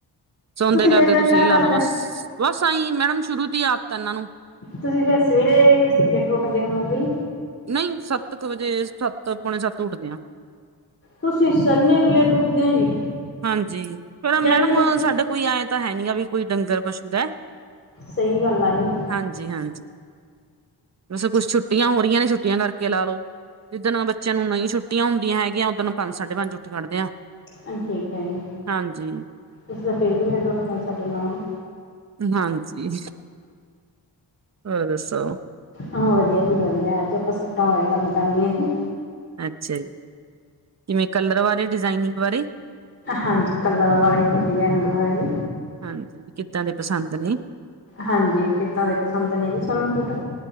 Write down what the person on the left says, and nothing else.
ਲੇਟ ਇੰਨਾ
ਕਰਦੇ।
ਤੁਸੀਂ ਫਿਰ ਸਵੇਰੇ ਲੇਟ ਉੱਠਦੇ ਹੋਵੋਗੇ?
ਤੁਸੀਂ ਸੰ ਇਨੀ ਲੇਟ ੳਟਦੇ ਹੋ ਜੀ?
ਜਦ ਨੂੰ ਦੱਸ
ਸਹੀ ਗੱਲ ਆ ਜੀ।
ਹਾਂ ਠੀਕ ਹੈ ਜੀ,
ਤੁਸੀਂ ਤਾਂ ਫਿਰ ਵੀ ਐਡਰੱਸ ਸਾਡੇ ਨਾਲੋਂ।
ਹਾਂ ਵਧੀਆ ਜੀ ਵਧੀਆ, ਅੱਜ ਆਪਾਂ ਸੂਟਾਂ ਬਾਰੇ ਗੱਲ ਕਰਨੀ ਆ ਜੀ।
ਹਾਂਜੀ, ਕਲਰ ਬਾਰੇ ਤੇ ਡਿਜ਼ਾਇਨਗ ਬਾਰੇ।
ਹਾਂਜੀ ਕਿੱਦਾਂ ਦੇ ਪਸੰਦ ਨੇ ਜੀ ਸਾਨੂੰ ਸੂਟ?